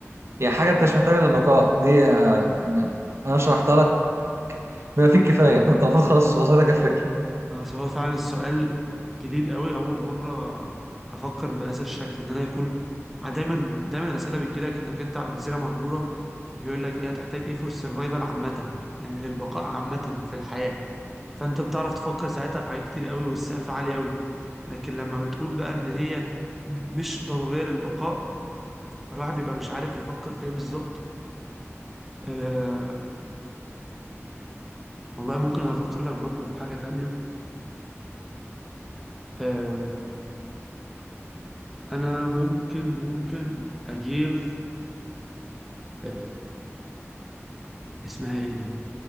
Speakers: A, on the right; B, in the centre.
A: يعني حاجه انت مش محتاجه للبقاء دي آه، يعني انا شرحتها لك بما فيه الكفايه فانت المفروض خلاص وصلتك الفكره
B: آه، فهو فعلا السؤال جديد قوي اول مره افكر بهذا الشكل ان انا يكون آه، دايما دايما الاسئله بتجيلك انك انت على جزيره مهجوره بيقول لك ايه هتحتاج ايه فور سرفايفل عامه يعني للبقاء عامه في الحياه فانت بتعرف تفكر ساعتها في حاجات كتير قوي والسقف عالي قوي لكن لما بتقول بقى ان هي م- مش ضروريه للبقاء الواحد بيبقى مش عارف يفكر في ايه بالظبط آه والله ممكن افكر لك برضو في حاجه تانية آه، انا ممكن ممكن اجيب آه، اسمها ايه دي